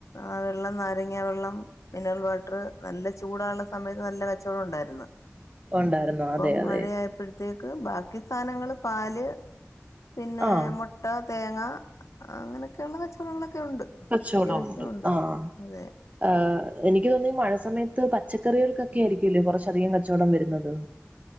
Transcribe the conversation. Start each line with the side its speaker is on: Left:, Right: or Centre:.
Left: ആഹ് വെള്ളം നാരങ്ങ വെള്ളം മിനറൽ വാട്ടറ്. നല്ല ചൂടാള്ള സമയത്ത് നല്ല കച്ചവടം ഉണ്ടായിരുന്നു
Right: ഉണ്ടായിരുന്നു
Left: ഇപ്പം
Right: അതെ അതെ
Left: മഴയായപ്പഴത്തേക്ക് ബാക്കി സാനങ്ങള് പാല് പിന്നെ
Right: ആഹ്
Left: മുട്ട തേങ്ങ അങ്ങനൊക്കെള്ള കച്ചവടങ്ങളൊക്കെ ഉണ്ട് അത്യാവശ്യമുണ്ട്
Right: കച്ചവടോണ്ട്. ആഹ്
Left: അതെ
Right: ആഹ് എനിക്ക് തോന്നുന്നു ഈ മഴ സമയത്ത് പച്ചക്കറികൾക്കൊക്കെ ആയിരിക്കുല്ലേ കൊറച്ചധികം കച്ചവടം വരുന്നത്